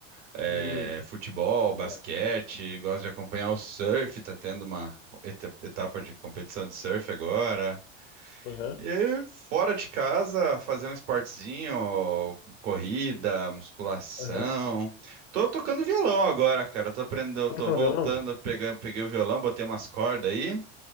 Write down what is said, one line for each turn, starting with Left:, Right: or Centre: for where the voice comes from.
Right: é,
Left: Hum,
Right: futebol,
Left: obrigado.
Right: basquete, gosto de acompanhar o surf, tá tendo uma eta- etapa de competição de surf agora.
Left: Aham,
Right: E fora de casa, fazer um esportezinho, corrida, musculação.
Left: aham.
Right: Tô tocando violão agora, cara. Tô aprendendo,
Left: Tá
Right: tô
Left: tocando
Right: voltando,
Left: violão?
Right: pegando, peguei o violão, botei umas cordas aí